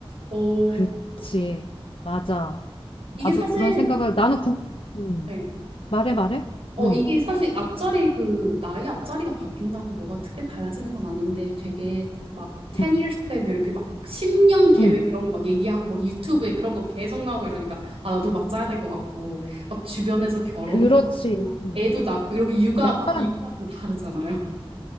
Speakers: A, on the right; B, on the left.
A: 어,
B: 그치.
A: 어,
B: 맞아. 나도
A: 이게 사실,
B: 그런 생각을, 나는 국, 음.
A: 네.
B: 말해, 말해?
A: 어,
B: 응,
A: 이게 사실 앞자리 그 나이 앞자리가 바뀐다고 뭐가 크게 달라지는 건 아닌데 되게 막 10
B: 응,
A: years plan 이렇게 막 10년 계획
B: 응.
A: 이런 거 막 얘기하고 막 유튜브에 그런 거 계속 나오고 이러니까 아 나도 막 짜야 될 것 같고 막 주변에서 결혼도
B: 그렇지.
A: 하고
B: 음.
A: 애도 낳고 이렇게 육아
B: 약간,
A: 육아는 다르잖아요.